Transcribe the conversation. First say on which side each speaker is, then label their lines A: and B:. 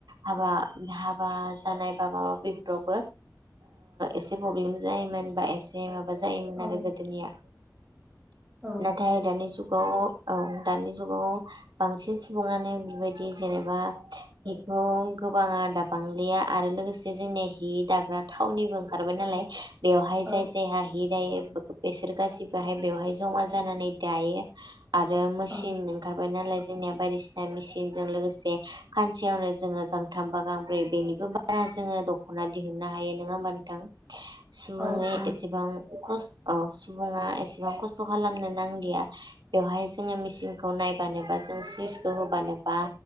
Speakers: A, on the right (about 85°); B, on the right (about 15°).
A: हाबा हाबा जानायबा माबा बेफोरावबो एसे प्रब्लेम जायोमोन बा एसे ए माबा जायोमोन
B: औ
A: आरो गोदोनिया
B: औ
A: नाथाय दानि जुगाव औ दानि जुगाव बांसिन सुबुङानो बेबायदि जेनेबा बेखौ गोबाङा दा बांलिया आरो लोगोसे जोंनि हि दाग्रा थावनिबो ओंखारबाय नालाय बेवहाय
B: औ
A: जाय जायहा हि यो बेसोर गासिबोहाय बेवहाय जमा जानानै दायो आरो मोसिन
B: औ
A: ओखारबाय नालाय जोंनिया बायदिसिना मेसिनजों लोगोसे खानसेयावनो जोङो गांथामबा गांब्रै बेनिबो बा रा जोङो दख'ना दिहुननो हायो नङा होमबा नोंथां?
B: <inaudible>
A: सुबुंङै
B: औ
A: एसेबां खस्थ' औ सुबुङा एसेबां खस्थ' खालामनो नांलिया बेवहाय जोङो मेचिन खौ नायबानोबा जों सुइसखौ होबानोबा